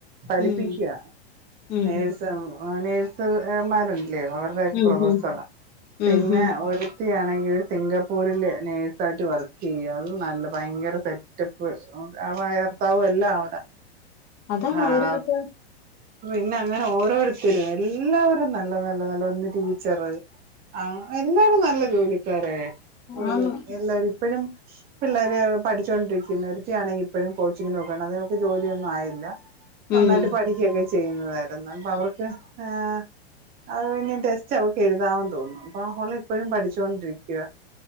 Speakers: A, on the right; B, on the left.
A: പഠിപ്പിക്കുക
B: ഉം ഉം
A: നേഴസ നേഴസ്മാരുണ്ട് അവരുടെ ഒക്കെ
B: ഉം
A: പ്രഫസറ
B: ഉം
A: പിന്നെ
B: ഉം ഉം
A: ഒരു ആണെങ്കിൽ സിംഗപ്പൂരിൽ നേഴ്സായിട്ട് വർക്ക് ചെയ്യുക അതും നല്ല ഭയങ്കര സെറ്റപ്പ് ആ ബർത്താവും എല്ലാം അവിടെ
B: അതാ
A: ആഹ്
B: ഓരോര്ത്ത
A: പിന്നെ അങ്ങനെ ഓരോരുത്തരും എല്ലാവരും നല്ല നല്ല നല്ല ഒന്ന് ടീച്ചറ് ആ എല്ലാരും നല്ല ജോലിക്കാരായേ
B: ആന്ന്
A: എല്ലാരും ഇപ്പോഴും പിള്ളേര് പഠിച്ചൊണ്ടിരിക്കുന്ന് ഒര്ത്തിയാണെങ്കി ഇപ്പോഴും കോച്ചിങ്ങിന് പോകാണ് അതൊക്കെ ജോലിയൊന്നും ആയില്ല നന്നായിട്ട്
B: ഉം
A: പഠിക്കുകയൊക്കെ ചെയ്യുന്നതായിരുന്നു അപ്പൊ അവർക്ക് ഏ അത് പിന്ന ടെസ്റ്റ് അവക്ക് എഴുതാൻ തോന്നും അപ്പ ഓള് ഇപ്പോഴും പഠിച്ചു ചോണ്ടിരിക്ക